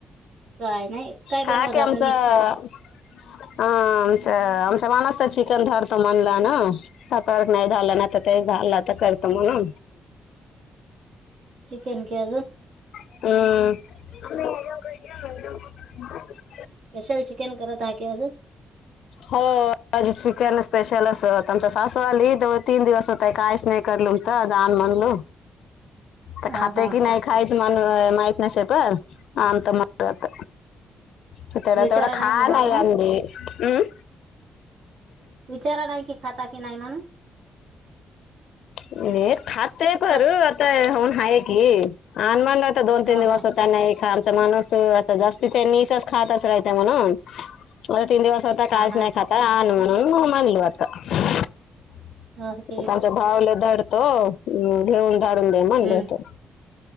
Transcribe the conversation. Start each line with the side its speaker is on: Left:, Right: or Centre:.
Right: काय नाही काय
Left: कायं
Right: बनवत
Left: के
Right: आहा
Left: आमचं
Right: तुम्ही
Left: अं आमच्यां आमच्यां माणसं तरं चिकनं धाडतो म्हणंला नां आंत नाहीं झालं नाहींतां ते झालं आंता करतं मंग
Right: चिकनं के अजूंन
Left: हम्मं
Right: स्पेशलं चिकनं करतं आहे कां अजूंन
Left: हो आजी चिकनं स्पेशल असं आमच्यां सासू आलीं दो तीनं दिवसं होतंय कायंहीचं नाहीं करलं तरं जानं म्हनंलु तरं
Right: हा
Left: खात्यांत
Right: हा
Left: की नाहीं खां मणं माहीती नां शपंत मांत सथडं
Right: विचारा
Left: तेवढं
Right: नाही
Left: खां
Right: की मा
Left: नाहीं
Right: तुम्ही
Left: अँडे हम्मं
Right: विचारां नाहीं की खांता की नाहीं म्हणूंन
Left: मे खातं नाहीं भरतं
Right: फर्स्ट
Left: होऊंन हां ककी अनमांन होतां दोन
Right: हा
Left: तीनं दिवसं
Right: हा
Left: होतां नां आमचां माणूंस आं जास्तं संच खायचं राहतं म्हणूंन तीनं दिवसं स्वंतः काळचं
Right: हा हा
Left: नाहीं खांता आंण मानलूं आंताच्या
Right: ओके
Left: भावले धडतो घेऊंन धाडूंन दे म्हणलं
Right: हम्म
Left: होतं